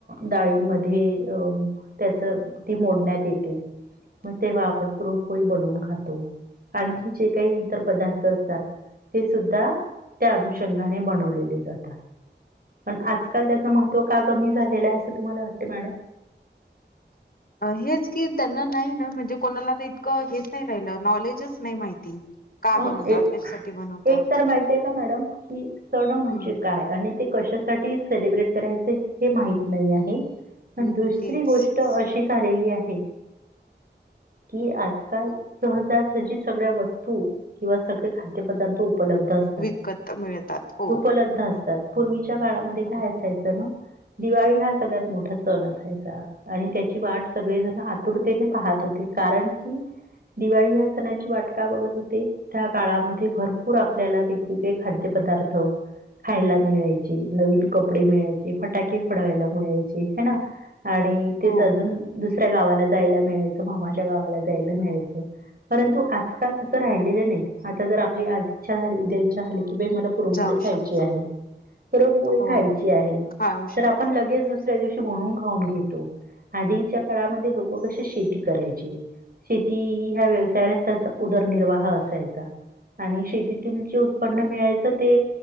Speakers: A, on the right; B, on the left.
A: डाळींमध्ये अं त्याचं ती मोडण्यात येते. मग तेव्हा आपण पुरणपोळी बनवून खातो आणखी जे काही इतर पदार्थ असतात ते सुद्धा त्या अनुषंगाने बनवलेले जातात. पण आजकाल त्याच महत्त्व का कमी झालेलं आहे असं तुम्हाला वाटतं मॅडम
B: हेच की त्यांना नाही ना म्हणजे कोणाला तर इतकं हेच नाही राहिलं नॉलेजच नाही माहिती का
A: हो
B: बनवतात
A: एक
B: कशासाठी बनवतात
A: एक तर माहतीय का मॅडम की सणं म्हणजे
B: हम्म
A: काय? आणि ते कशासाठी सेलिब्रेट करायचं हे माहित नाही आहे. पण
B: हम्म
A: दुसरी
B: तेच.
A: गोष्ट अशी झालेली आहे. कि आजकाल सहजासहजी सगळ्या वस्तू किंवा सगळे खाद्यपदार्थ उपलब्ध असतात
B: विकत मिळतात हो
A: उपलब्ध असतात. पूर्वीच्या काळामध्ये काय
B: बरोबर
A: असायचं ना दिवाळी हा सगळ्यात मोठा सण असायचा. आणि त्याची वाट सगळेजण आतुरतेने पाहत होते कारण की दिवाळी ह्या सणाची वाटका बघत होते. त्या काळामध्ये भरपूर आपल्याला वेगवेगळे खाद्यपदार्थ खायला मिळायचे नवीन कपडे मिळायचे फटाके फडवायला मिळायचे ह ना. आणि तेच
B: हो
A: अजून दुसऱ्या गावा जायला मियच मामाच्या गावा जाय मि परंतु आजकाल अस राहि नाही आता जर आपली आज इच्छा झाली उद्या इच्छा झाली की मला रपोळी
B: जाऊ
A: खायची
B: शकतो
A: आहे पुरणपोळी
B: हो
A: खायची आहे
B: खाऊ
A: तर
B: शकतो
A: आपण लगेच दुस दुस्या दिवशी म्हणून खाऊन घेतो आधीच्या काळामध्ये लोक कसे शेती करायचे शेती ह्या व्यवसायालाच त्याचा उदरनिर्वाह असायचा आणि शेतीतील जे उत्पन्न मिळायचं ते